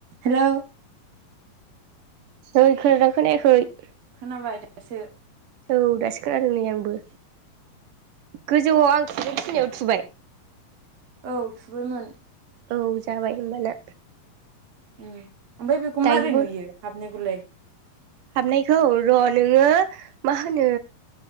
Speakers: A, on the right (about 55°); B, on the right (about 70°).
A: हेल'।
B: ओइ खोनादोंना खोनायाखै?
A: खोनाबाय दासो।
B: औ दासो खोनादों नै आंबो गोजौआव आं थुनो थिननायाव थुबाय?
A: औ थुबायमोन।
B: औ जाबाय होमबाना।
A: ए ओमफ्राय बेखौ
B: दायोबो
A: मारै नुयो हाबनायखौलाय।
B: हाबनायखौ र' नोङो मा होनो